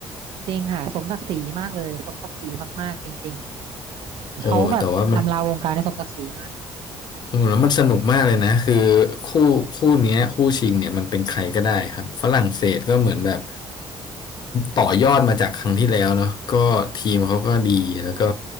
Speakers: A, on the right; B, on the left.
A: จริงค่ะสมศักดิ์ศรีมากเลยสมศักดิ์ศรีมากๆจริงๆเขาแบบลำลาวงการในสมศักดิ์ศรีมาก
B: โอ้แต่ว่ามันโอ้แล้วมันสนุกมากเลยนะคือคู่คู่เนี้ยคู่ชิงเนี่ยมันเป็นใครก็ได้ครับฝรั่งเศสก็เหมือนแบบต่อยอดมาจากครั้งที่แล้วเนาะก็ทีมเขาก็ดีแล้วก็